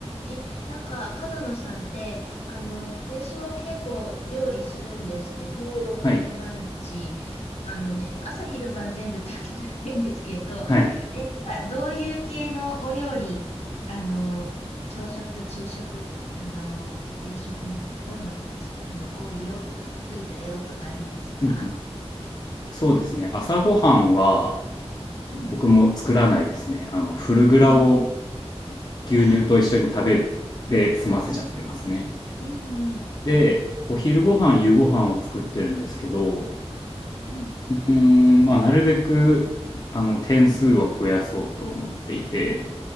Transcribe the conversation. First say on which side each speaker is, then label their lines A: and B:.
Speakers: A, on the left; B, on the left.
A: え、なんか、角野さんって、あの、私も結構料理するんですけど、
B: はい。
A: 毎日、あのね、朝昼晩全部ってわけじゃないんですけど、
B: はい。
A: え、どういう系のお料理、あの、朝食、昼食、あの、夕食なんかこういうの作るの多いよとか得意だよとかありますか
B: うんうん。そうですね。朝ごはんは
A: うん、
B: 僕も作らないですね。あの、フルグラを
A: うん、うん。
B: 牛乳と一緒に食べるで済ませちゃってますね。
A: あ、うん、うん、うん、
B: で、お昼ご飯、夕ご飯を作ってるんですけど、
A: うん、
B: うーん、まあ、なるべく、あの、点数を増やそうと思っていて、